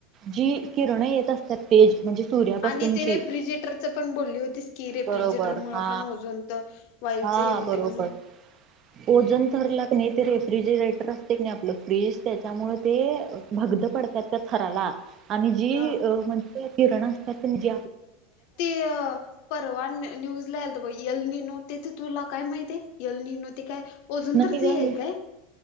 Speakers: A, on the right; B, on the left.
A: जी किरण येत असतात. तेज म्हणजे सूर्यापासूनची
B: आणि ते रेफ्रिजरेटरच पण बोलली होतीस की रेफ्रिजरेटर
A: बरोबर
B: मुळ
A: हा
B: पण ओझोन तर वायूच
A: हा
B: हे होते
A: बरोबर.
B: म्हणून
A: ओजन ठरला क नाही ते रेफ्रिजरेटर असते क नाही आपलं फ्रीज त्याच्यामुळे ते. भगद पडतात त्या थराला आणि जी
B: हा
A: म्हणजे किरण असतात ज
B: ते अ परवान न्यूज लाल तर यलनी नो तेथे तुला काय माहिती आहे यलनी नो. ते काय अजून
A: नाही
B: तरच
A: ग
B: आहे
A: मी
B: काय.